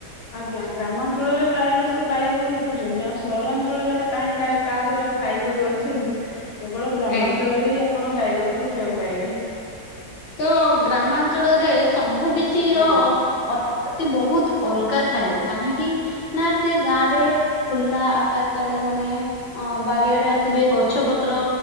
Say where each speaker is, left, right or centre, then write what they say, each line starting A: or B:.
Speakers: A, on the left; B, on the left.
A: ଆଜ୍ଞା ଗ୍ରାମାଞ୍ଚଳରେ ପ୍ରାୟ ଲୋକ ଗାଈ ଗୋରୁ ରଖୁଚନ୍ତି ଆଉ ସହରାଞ୍ଚଳରେ ଆଉ କାହିଁ ଗାଈ କାହା ଘରେ ଆଉ ଗାଈ ଗୋରୁ ଅଛନ୍ତି କେବଳ ଗ୍ରାମାଞ୍ଚଳରେ
B: ଆଜ୍ଞା
A: ହିଁ ଆପଣ ଗାଈ ଗୋରୁ ଦେଖିବାକୁ ପାଇବେ।
B: ତ ଗ୍ରାମାଞ୍ଚଳରେ ସବୁ କିଛି ର
A: ଆଜ୍ଞା
B: ଅ ଅତି ବହୁତ ଅଲଗା ଥାଏ କାହିଁକି? ନାଁ ସେ ଗାଁ ରେ ଖୁଲା ଆକାଶ ତଳେ ମାନେ ଅ ବାରିଆଡେ ଆସିବେ ଗଛ ପତ୍ର